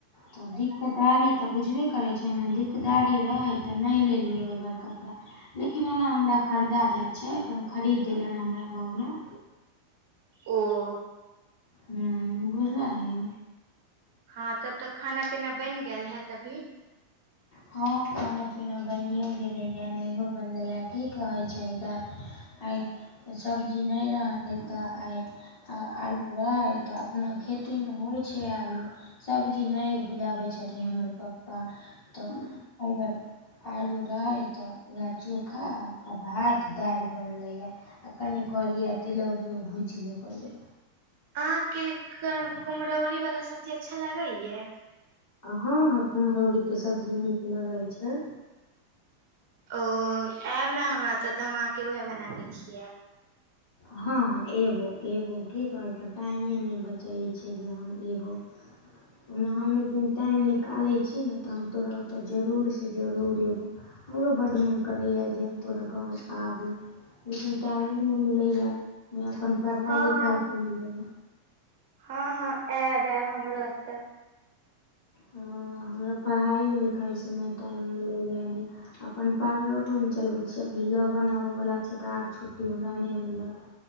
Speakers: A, on the left; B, on the right.
A: तऽ दिकदारी तऽ बुझबे करे छै ने, दिकदारी रहैै तऽ नहि लेलियै ओ बेर कपड़ा। लेकिन ओना हमरा खरीदा जाइ छै, अपन खरीद देलनि हमरा घर में।
B: ओ।
A: हूं बुझलही।
B: हँ तब तऽ खाना पीना बनि गेल हैत अभी।
A: ह हँ खाना पीना बनिओ गेलैए नहियो बनलैए की कहै छै दाय। आइ सब्जी नहि रहै तऽ आइ। आ आलू रहै तऽ अपना खेती में होइत छै आलू। सबजी नहि उपजाबै छथिन हमर पप्पा तऽ एहिबेर आलू रहे तऽ वैह चोखा आ भात दालि बनले या। आ कनि कहलियै है, तिलौरो भूज ले
B: अहाँके क- कुम्हरौरी वाला सब्जी अच्छा लागैया।
A: हॅं -हॅं कुम्हरौरी के सब्जी नीक लगैत छै।
B: ओ आयब ने हमरा ओतऽ तऽ हम आहाँ के उहै बनाके खियाब।
A: हँ- हँ एबो- एबो की कहै छै टाइमे नहि बचै छै जे हम एबो। ओना हम एक दिन टाइम निकालै छी ने तऽ हम तोरा ओतऽ जरूरसँ जरूर अयबौ। हमरो बड्ड मोन करैए जे तोरा गाँंव आवी लेकिन टा मे नै मिलैया नै अपन पढ़ाई
B: हँ
A: लिखाई
B: हँ
A: के लियऽ
B: हँ- हँ आयब- आयब हमरा ओतऽ।
A: ह हमरा पढ़ाइो लिखाइसँ नहि टाइम में मिलयह नहि। अपन पार्लरोने चलबै छियै, बिलो बनाबऽ बला छै तऽ आर छुट्टी हमरा नहि मिलत।